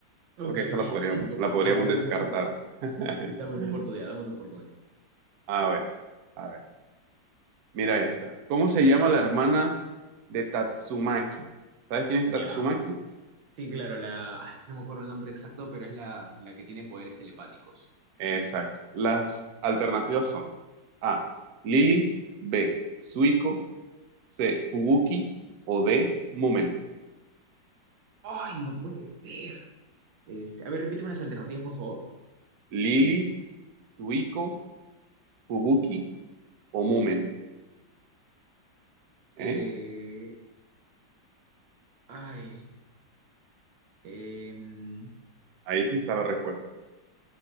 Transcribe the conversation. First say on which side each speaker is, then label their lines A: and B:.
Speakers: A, on the right (about 80°); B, on the right (about 65°).
A: Ok,
B: Porque esa
A: ok,
B: la podríamos,
A: sí, por
B: la
A: favor,
B: podríamos
A: dame, dame
B: descartar.
A: una oportunidad.
B: <laughs>
A: Dame una oportunidad, dame una oportunidad.
B: A ver, a ver. Mira esta. ¿Cómo se llama la hermana de Tatsumaki? ¿Sabes quién es
A: Ya.
B: Tatsumaki?
A: Sí, claro, la. Ay, no me acuerdo el nombre exacto, pero es la, la que tiene poderes telepáticos.
B: Exacto. Las alternativas son A. Lily. B. Suiko. C. Fubuki. O D. Mumen.
A: ¡Ay, no puede ser! Este, a ver, repíteme las alternativas, por favor.
B: Lily, Suiko, Fubuki o Mumen. ¿Eh?
A: Eh, ay. em,
B: Ahí sí está la respuesta.